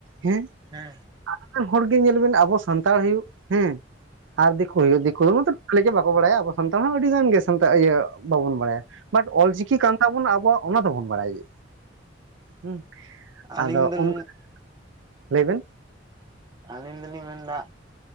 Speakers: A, on the right; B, on the right.
A: ᱦᱮᱸ
B: ᱦᱮᱸ
A: <unintelligible> ᱦᱚᱲᱜᱮ ᱧᱮᱞ ᱵᱤᱱ ᱟᱵᱚ ᱥᱟᱱᱛᱟᱲ ᱦᱩᱭᱩᱜ ᱦᱮᱸ ᱟᱨ ᱫᱤᱠᱩ ᱦᱩᱭᱩᱜ ᱫᱤᱠᱩ ᱢᱟᱛᱚ <inaudible> ᱜᱮ ᱵᱟᱠᱚ ᱵᱟᱲᱟᱭᱟ ᱟᱵᱚ ᱥᱟᱱᱛᱟᱲ ᱦᱚᱸ ᱟᱹᱰᱤ ᱜᱟᱱ ᱜᱮ ᱥᱟᱱᱛᱟᱲ ᱤᱭᱟᱹ ᱵᱟᱵᱚᱱ ᱵᱟᱲᱟᱭᱟ ᱵᱟᱴ ᱚᱞᱪᱤᱠᱤ ᱠᱟᱱ ᱛᱟᱵᱚᱱᱟ ᱟᱵᱚᱣᱟᱜ ᱚᱱᱟ ᱫᱚᱵᱚᱱ ᱵᱟᱲᱟᱭ ᱜᱮ ᱦᱩᱸ
B: ᱟᱹᱞᱤᱧ
A: ᱟᱫᱚ
B: ᱫᱚᱞᱤᱧ
A: ᱚᱱᱼ <inaudible> ᱞᱟᱹᱭᱵᱤᱱ
B: ᱟᱹᱞᱤᱧ ᱫᱚᱞᱤᱧ ᱢᱮᱱᱫᱟ